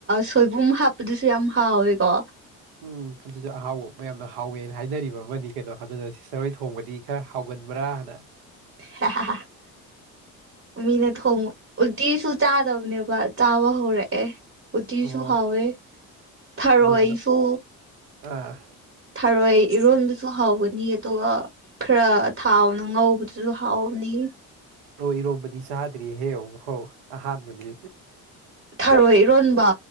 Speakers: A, on the right; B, on the right.
A: ꯁꯣꯏꯕꯨꯝ ꯍꯥꯞꯄꯗꯨꯁꯨ ꯌꯥꯝ ꯍꯥꯎꯋꯦꯀꯣ
B: ꯎꯝ ꯑꯗꯨꯁꯨ ꯑꯍꯥꯎꯕ ꯃꯌꯥꯝꯅ ꯍꯥꯎꯋꯦꯅ ꯍꯥꯏꯅꯔꯤꯕ ꯑꯃꯅꯤ ꯀꯩꯅꯣ ꯑꯗꯨꯅ ꯁꯤꯁꯇꯔ ꯍꯣꯏ ꯊꯣꯡꯕꯗꯤ ꯈꯔ ꯍꯥꯎꯒꯟꯕ꯭ꯔꯥ ꯍꯥꯏꯅ
A: <inaudible> <unintelligible> ꯃꯤꯅ ꯊꯣꯡꯕ ꯎꯇꯤꯁꯨ ꯆꯥꯗꯕꯅꯦꯕ ꯆꯥꯕ ꯍꯧꯔꯛꯑꯦ ꯎꯇꯤꯁꯨ
B: ꯑꯣ
A: ꯍꯥꯎꯋꯦ ꯊꯔꯣꯏꯁꯨ
B: ꯑꯅꯧ ꯑꯅꯧ ꯑꯥ
A: ꯊꯔꯣꯏ ꯏꯔꯣꯟꯕꯁꯨ ꯍꯥꯎꯕꯅꯤ ꯑꯗꯨꯒ ꯈꯔ ꯊꯥꯎꯅ ꯉꯧꯕꯗꯨ ꯁꯨ ꯍꯥꯎꯕꯅꯤ
B: ꯊꯔꯣꯏ ꯏꯔꯣꯝꯕꯗꯤ ꯆꯥꯗ꯭ꯔꯤꯍꯦ ꯑꯃꯨꯛꯐꯥꯎ ꯑꯍꯥꯟꯕꯅꯤ
A: ꯊꯔꯣꯏ ꯏꯔꯣꯟꯕ